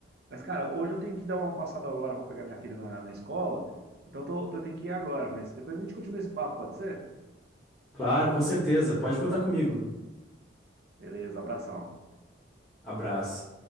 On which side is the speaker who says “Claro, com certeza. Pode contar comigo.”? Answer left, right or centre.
Centre